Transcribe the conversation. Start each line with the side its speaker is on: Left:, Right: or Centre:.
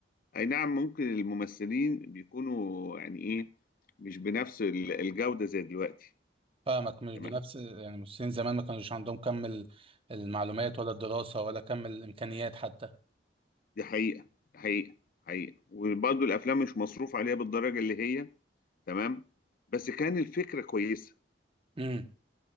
Left: اي نعم ممكن الممثلين بيكونوا يعني ايه مش بنفس ال- الجودة زي دلوقتي
Right: فاهمك مش
Left: تمام
Right: بنفس يعني المصريين زمان ما كانوش عندهم كم ال- المعلومات ولا الدراسه ولا كم الامكانيات حتى
Left: دي حقيقة حقيقة حقيقة وبرضه الأفلام مش مصروف عليها بالدرجة اللي هي تمام بس كان الفكرة كويسة
Right: امم